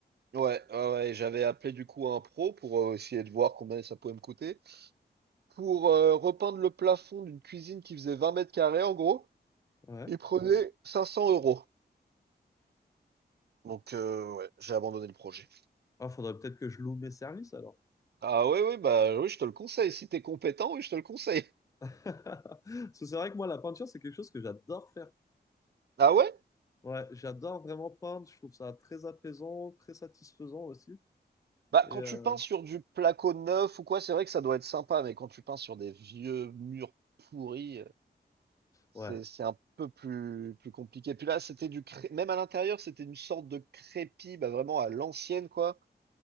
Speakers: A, on the right; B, on the left.
A: Ouais, ouais, ouais, J'avais appelé du coup un pro pour euh, essayer de voir combien ça pouvait me coûter. Pour euh, repeindre le plafond d'une cuisine qui faisait 20 mètres carrés, en gros,
B: Ouais.
A: il prenait 500 euros. Donc, euh, ouais, j'ai abandonné le projet.
B: Ah, faudrait peut-être que je loue mes services alors.
A: Ah ouais, ouais, bah oui, je te le conseille. Si t'es compétent, oui, je te le conseille.
B: <laughs> Parce que c'est vrai que moi, la peinture, c'est quelque chose que j'adore faire.
A: Ah ouais?
B: Ouais, j'adore vraiment peindre. Je trouve ça très apaisant, très satisfaisant aussi.
A: Bah,
B: Et
A: quand
B: euh,
A: tu peins sur du placo neuf ou quoi, c'est vrai que ça doit être sympa, mais quand tu peins sur des vieux murs pourris, euh, c'est,
B: ouais.
A: c'est un peu plus, plus compliqué. Puis là, c'était du cré... même à l'intérieur, c'était une sorte de crépi, bah vraiment à l'ancienne, quoi.